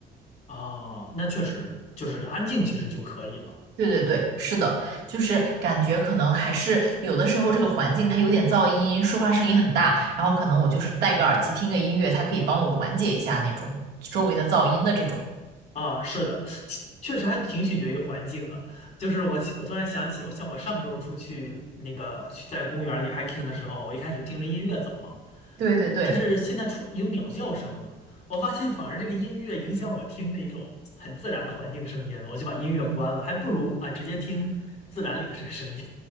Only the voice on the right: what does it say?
对对对，是的，就是感觉可能还是有的时候这个环境它有点噪音，说话声音很大，然后可能我就是戴个耳机听个音乐，它可以帮我缓解一下那种周围的噪音的这种。
对对对。